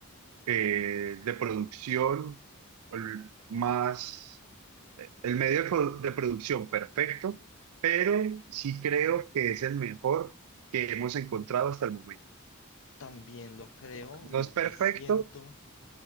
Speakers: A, on the right (about 85°); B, on the left (about 65°).
A: eh, de producción el más El medio de produ- de producción perfecto, pero sí creo que es el mejor que hemos encontrado hasta el momento.
B: también lo creo, lo
A: No es perfecto,
B: que siento